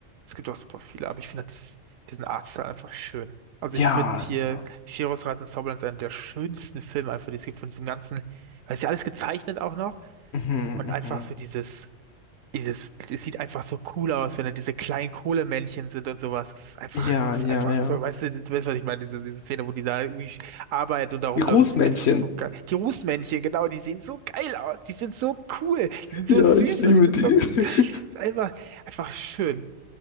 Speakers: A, on the right; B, on the left.
A: Es gibt auch super viele, aber ich finde dieses, diesen Artstyle einfach schön. Also ich
B: Ja,
A: finde hier
B: ja.
A: Chihiros Reise ins Zauberland ist einer der schönsten Filme einfach, die es gibt von diesem ganzen, weil es ja alles gezeichnet auch noch
B: Mhm,
A: und
B: mhm.
A: einfach so dieses, dieses, es sieht einfach so cool aus, wenn dann diese kleinen Kohlemännchen sind und sowas. Es ist einfach,
B: Ja,
A: es
B: ja,
A: ist einfach
B: ja.
A: so, weißt du, du weißt, was ich meine, diese, diese Szene, wo die da irgendwie arbeitet und da rumläuft,
B: Die Rußmännchen.
A: das sieht einfach so geil. Die Rußmännchen, genau, die sehen so geil aus, die sind so cool, die sind
B: Ja,
A: so süß
B: ich liebe
A: und die sind
B: die.
A: so,
B: <laughs>
A: einfach, einfach schön.